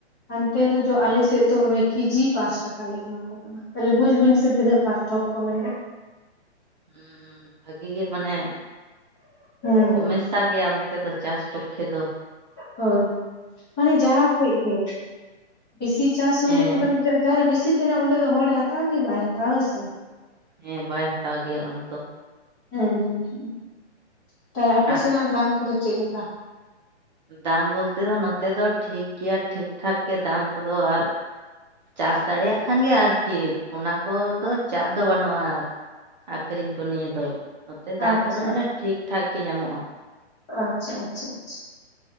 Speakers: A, on the left (about 15°); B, on the right (about 40°).
A: ᱦᱟᱱᱛᱮ ᱨᱮᱫᱚ ᱟᱞᱮᱥᱮᱫ ᱫᱚ ᱚᱱᱮ ᱠᱤᱡᱤ ᱯᱟᱥ ᱴᱟᱠᱟᱞᱮ ᱮᱢᱟ ᱠᱚ ᱠᱟᱱᱟ ᱛᱟᱦᱚᱞᱮ ᱵᱩᱡ ᱵᱤᱱ ᱥᱮ ᱛᱤᱱᱟᱹᱜ ᱯᱟᱨᱛᱷᱚᱠ ᱠᱚ ᱢᱮᱱᱟᱜᱼᱟ
B: ᱦᱩᱸ ᱦᱩᱸ ᱵᱷᱟᱜᱤ ᱜᱮ ᱢᱟᱱᱮ
A: ᱦᱩᱸ
B: ᱥᱚᱢᱚᱥ
A: ᱦᱩᱸ
B: ᱥᱟ ᱜᱮᱭᱟ ᱚᱱᱛᱮ ᱫᱚ ᱪᱟᱥ ᱯᱚᱠᱠᱷᱮ ᱫᱚ
A: ᱦᱳᱭ ᱢᱟᱱᱮ ᱡᱟᱦᱟᱸ ᱠᱷᱩᱡ ᱜᱮ ᱵᱮᱥᱤ ᱪᱟᱥ ᱦᱩᱭ
B: ᱦᱮᱸ
A: ᱞᱮᱱᱠᱷᱟᱱ ᱢᱟᱱᱮ ᱡᱟᱦᱟᱸᱨᱮ ᱵᱮᱥᱤ ᱛᱟᱦᱮᱱᱟ ᱚᱸᱰᱮ ᱫᱚ ᱦᱚᱲᱮ ᱦᱟᱛᱣᱟ ᱜᱮ ᱵᱟᱭ ᱦᱟᱛᱟᱣᱟ ᱦᱳᱭᱥᱮ
B: ᱦᱮᱸ ᱵᱟᱭ ᱦᱟᱛᱟᱣ ᱜᱮᱭᱟ ᱚᱱᱟ ᱫᱚ
A: ᱦᱩᱸ ᱦᱩᱸ ᱛᱟᱦᱮ ᱟᱯᱮ
B: ᱟᱫᱚ
A: ᱥᱮᱱᱟᱜ ᱫᱟᱢ ᱠᱚᱫᱚ ᱪᱮᱫ ᱞᱮᱠᱟ
B: ᱫᱟᱢ ᱵᱚᱞᱛᱮ ᱫᱚ ᱱᱚᱛᱮ ᱫᱚ ᱴᱷᱤᱠ ᱜᱮᱭᱟ ᱴᱷᱤᱠᱴᱷᱟᱠ ᱜᱮ ᱫᱟᱢ ᱠᱚᱫᱚ ᱟᱨ ᱪᱟᱥ ᱫᱟᱲᱮᱭᱟᱜ ᱠᱷᱟᱱ ᱜᱮ ᱟᱨᱠᱤ ᱚᱱᱟ ᱠᱚᱫᱚ ᱪᱟᱯ ᱫᱚ ᱵᱟᱹᱱᱩᱜᱼᱟ ᱟᱠᱷᱨᱤᱧ ᱠᱚ ᱱᱤᱭᱟᱹ ᱫᱚ ᱱᱚᱛᱮ ᱫᱟᱢ
A: ᱟᱪᱪᱷᱟ
B: ᱠᱚᱫᱚ ᱢᱟᱱᱮ ᱴᱷᱤᱠ ᱴᱷᱟᱠ ᱜᱮ ᱧᱟᱢᱚᱜᱼᱟ
A: ᱟᱪᱪᱷᱟ ᱟᱪᱪᱷᱟ ᱟᱪᱪᱷᱟ